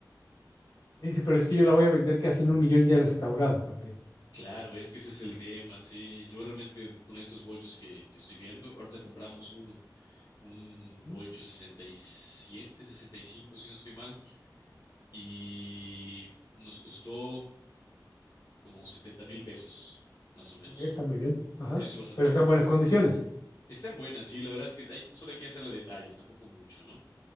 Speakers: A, on the left; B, on the left.
A: Dice, pero es que yo la voy a vender casi en un millón ya restaurada también.
B: Claro, es que ese es el tema, sí. Yo realmente con estos bolchos que, que estoy viendo, ahorita compramos uno, un
A: Ujú.
B: bolcho 67, 65, si no estoy mal, y nos costó como 70 mil pesos, más o menos.
A: Ok, está muy bien. Ajá.
B: Un precio bastante
A: Pero está
B: bien.
A: en buenas condiciones.
B: Están buenas, sí, la verdad es que hay, solo hay que hacerle detalles, tampoco mucho, ¿no?